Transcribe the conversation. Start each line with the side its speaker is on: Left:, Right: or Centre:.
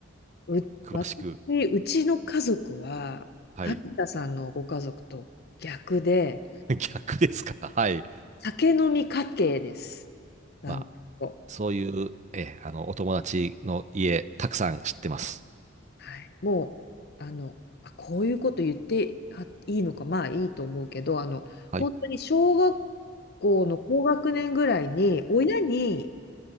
Left: う、
Right: 詳しく。
Left: 私、うちの家族は、
Right: はい。
Left: 萩田さんのご家族と逆で、
Right: <laughs> 逆ですかはい。
Left: 酒飲み家系です。なんと、
Right: まあ、そういう、え、あの、お友達の家、たくさん知ってます。
Left: はい、もう、あの、あ、こういうこと言ってあいいのか、まあいいと思うけど、あの、
Right: はい。
Left: 本当に小学校の高学年ぐらいに、親に